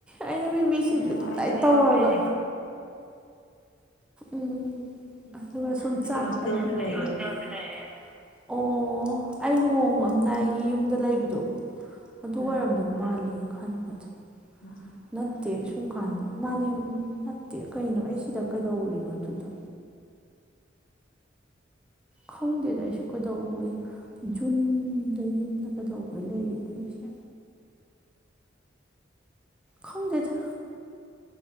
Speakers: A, in the centre; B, on the left.
A: ꯑꯩꯅ ꯃꯤꯃꯤ ꯁꯤꯡꯖꯨ
B: ꯑꯦ
A: ꯇꯞꯇꯥꯏ
B: ꯑꯩꯗꯤ
A: ꯇꯧꯔꯒ
B: ꯈꯪꯗ꯭ꯔꯦ
A: ꯎꯝ
B: ꯎꯝ
A: ꯑꯗꯨꯒ ꯁꯨꯝ
B: ꯑꯩ
A: ꯆꯥꯛ
B: ꯍꯣꯁꯇꯦꯜꯗ ꯂꯩꯔꯦ
A: <inaudible> ꯑꯣ ꯑꯩ ꯂꯨꯍꯣꯡꯕ ꯑꯝꯗꯥꯏꯒꯤ ꯌꯨꯝꯗ ꯂꯩꯕꯗꯣ
B: ꯎꯝ
A: ꯗꯨ ꯑꯣꯏꯔꯝꯗꯧ ꯃꯥꯜꯂꯦ ꯑꯩ ꯈꯟꯕꯗ
B: <inaudible>
A: ꯅꯠꯇꯦ ꯁꯨꯝ ꯀꯥꯟꯗ ꯃꯥꯅꯦ ꯅꯠꯇꯦ ꯀꯩꯅꯣ ꯑꯩ ꯁꯤꯗ ꯀꯩꯗꯧꯔꯨꯏꯅꯣ ꯑꯗꯨꯗ ꯈꯪꯗꯦꯗ ꯑꯩꯁꯨ ꯀꯩꯗꯧꯏ ꯖꯨꯟꯗ ꯌꯨꯝꯗ ꯀꯩꯗꯧꯕꯩ ꯂꯩꯔꯤꯅꯣ ꯑꯩꯁꯦ ꯈꯪꯗꯦꯗ